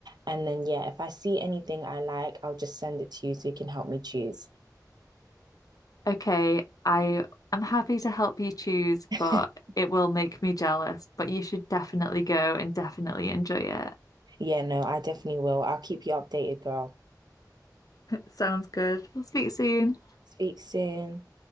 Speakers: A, on the right (about 70°); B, on the left (about 55°).
A: And then, yeah, if I see anything I like, I'll just send it to you so you can help me choose.
B: Okay, I am happy to help you choose,
A: <laughs>
B: but it will make me jealous. But you should definitely go and definitely enjoy it.
A: Yeah, no, I definitely will. I'll keep you updated, girl.
B: Sounds good. We'll speak soon.
A: Speak soon.